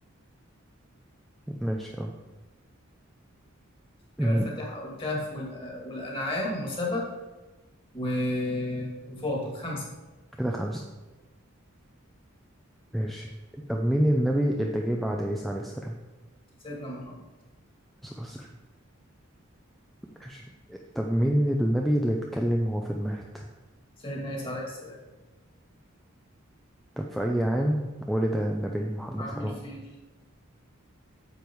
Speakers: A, in the centre; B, on the left.
A: ماشي اه أمم،
B: يبقى الفاتحة أو الكهف والأ- والأنعام وسبأ و- وفاطر خمسة
A: كده خمسة ماشي طب مين النبي اللي جه بعد عيسى عليه السلام؟
B: سيدنا محمد
A: الصلاة والسلام. ماشي طب مين النبي اللي اتكلم وهو في المهد؟
B: سيدنا عيسى عليه السلام
A: طب في أي عام ولد النبي محمد
B: عامل
A: صلى الله عليه
B: فيل
A: وسلم